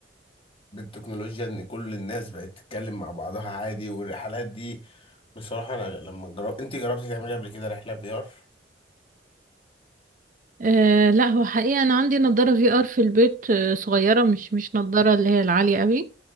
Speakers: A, on the left; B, on the right.
A: بالتكنولوجيا إن كل الناس بقت تتكلم مع بعضها عادي والرحلات دي بصراحة أنا لما جرب أنت جربتي تعملي قبل كده رحلة في آر؟
B: أه لا هو حقيقة أنا عندي نضارة في آر في البيت أه صغيرة مش مش نضارة اللي هي العالية قوي